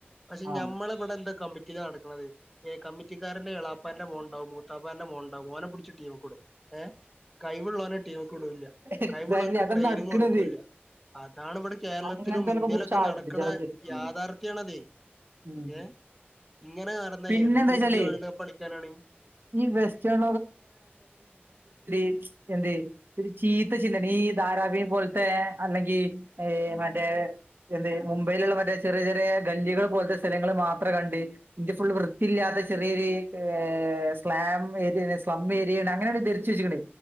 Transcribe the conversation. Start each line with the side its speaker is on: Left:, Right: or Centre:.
Centre: പക്ഷെ
Right: ആ
Centre: നമ്മളിവിടെ എന്താ കമി- ഇത് നടക്കുന്നത് ഏ കമ്മിറ്റിക്കാരന്റെ എളാപ്പാന്റെമോൻ ണ്ടാവും മൂത്താപ്പാന്റെ മോൻണ്ടാവും ഓനെ പിടിച്ച് ടീമുക്കുടും ഏഹ് കൈവുള്ളവനെ ടീം- ക്കുടൂല്ല
Right: എക്സാക്ട്ലി
Centre: കൈവുള്ളോർക്ക്
Right: അതാണ്
Centre: ട്രെയിനിങ്
Right: നടക്കണത്
Centre: കൊടുക്കൂല്ല- അതാണ് വടെ കേരളത്തിലും
Right: അങ്ങനത്തെ
Centre: ഇന്ത്യയിലൊക്കെ
Right: പിടിച്ച് അടിച്ചാണ്
Centre: നടക്ക്ണെ
Right: ശരിക്കും
Centre: യാഥാർത്യാണതെ
Right: ഉം.
Centre: ഏഹ് ഇങ്ങനെ നടന്ന
Right: പിന്നെന്താ
Centre: എന്നിന്ത്യ
Right: വെച്ചാല്
Centre: വേൾഡ് കപ്പടിക്കാനാണ്
Right: ഈ വെസ്റ്റേൺ എന്തേ ഒരു ചീത്ത ചിന്തന ഈ ധാരാവിം പോൽത്തെ അല്ലെങ്കി ഏഹ് മറ്റേ എന്ത് മുംബൈയില്ള്ളെ മറ്റെ ചെറി ചെറ്യേ ഗല്ലികൾ പോൽത്തെ സ്ഥലങ്ങൾ മാത്രം കണ്ട്. ഇന്ത്യ ഫുൾ വൃത്തില്ലാത്ത ചെറിയൊരു ഏഹ് സ്ലാം ഏത്ന് സ്ലം ഏരിയാണ് അങ്ങനാണ് ധരിച്ചു വെച്ചിക്ണ്.